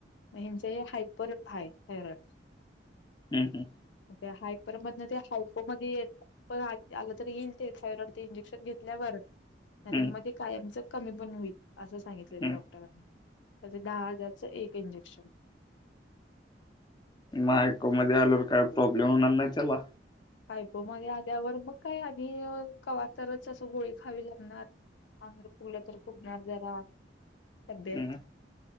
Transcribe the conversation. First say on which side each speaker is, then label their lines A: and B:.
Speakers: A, on the left (about 80°); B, on the left (about 25°).
A: म्हणजे हायपर हाय थायरॉईड.
B: हम्म हम्.
A: त्या हायपर मध्ये हायपो मध्ये ते आलं तर येईल ते थायरॉईड ते इंजेक्शन घेतल्यावर. नाहीतर
B: हम्म
A: मग ते कायमचं कमी पण होईल असं सांगितलेलं
B: हम्म
A: डॉक्टरांनी. त्याच्यात दहा हजारचं एक इंजेक्शन.
B: <unintelligible> को मध्ये आल्यावर काय प्रॉब्लेम होणार नाही त्याला.
A: <unintelligible> मगे आल्यावर मग काय आणि कवातरच असं गोळी खावी लागणार. अंग फुगल तर फुगणार जरा तब्येत.
B: हम्म